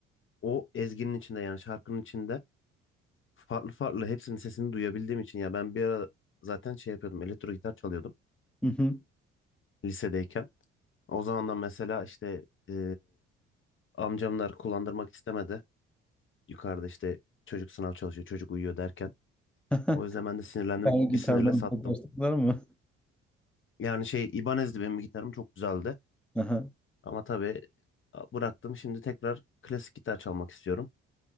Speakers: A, on the left; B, in the centre.
A: o ezginin içinde yani şarkının içinde farklı farklı hepsinin sesini duyabildiğim için ya ben bir ara zaten şey yapıyordum elektro gitar çalıyordum
B: Hı hı.
A: lisedeyken. O zamandan mesela işte e, amcamlar kullandırmak istemedi. Yukarıda işte çocuk sınav çalışıyor çocuk uyuyor derken.
B: <laughs>
A: O yüzden ben de sinirlendim
B: Sen
A: bir
B: gitardan
A: sinirle sattım.
B: takarsınlar mı?
A: Yani şey İbanez'di benim gitarım çok güzeldi.
B: <laughs> Aha.
A: Ama tabii bıraktım. Şimdi tekrar klasik gitar çalmak istiyorum.